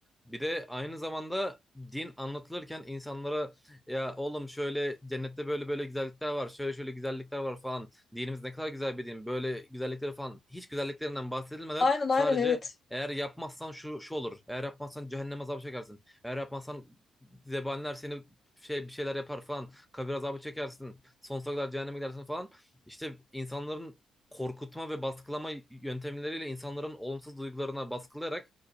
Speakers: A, in the centre; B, on the left.
A: Bir de aynı zamanda din anlatılırken insanlara ya oğlum şöyle cennette böyle böyle güzellikler var, şöyle şöyle güzellikler var falan dinimiz ne kadar güzel bir din. Böyle güzellikleri falan hiç güzelliklerinden bahsedilmeden
B: Aynen aynen
A: sadece
B: evet.
A: eğer yapmazsan şu şu olur. Eğer yapmazsan cehennem azabı çekersin. Eğer yapmazsan zebaniler seni şey bir şeyler yapar falan. Kabir azabı çekersin. Sonsuza kadar cehenneme gidersin falan. İşte insanların korkutma ve baskılama yöntemleriyle insanların olumsuz duygularına baskılayarak